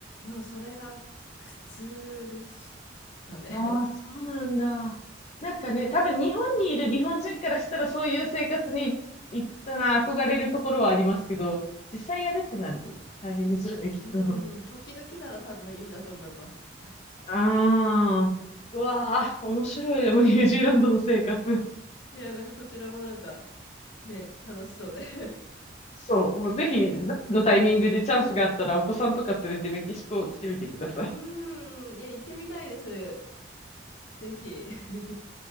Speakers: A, on the left; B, on the left.
A: もうそれが苦痛でしたね。
B: ああ、そうなんだ。なんかね、多分日本にいる日本人からしたらそういう生活に行ったら憧れるところはありますけど、実際やるってなるとね大変ですよね、
A: <laughs>
B: きっと。
A: うん、時々なら多分いいんだと思います。
B: ああ、うわあ、面白い。でもニュージーランドの生活。
A: <laughs> いや、なんかそちらもなんか、ね、楽しそうで。<laughs>
B: そう、もうぜひ、どのタイミングでチャンスがあったらお子さんとか連れてメキシコ来てみてください。
A: うーん、いや、行ってみたいです。ぜひ。<laughs>